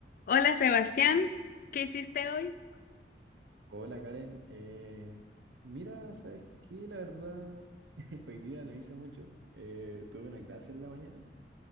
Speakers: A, on the left (about 50°); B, on the right (about 80°).
A: Hola Sebastián, ¿qué hiciste hoy?
B: Hola Karen, eh, mira, sabes que la verdad <laughs> hoy día no hice mucho, eh, tuve una clase en la mañana,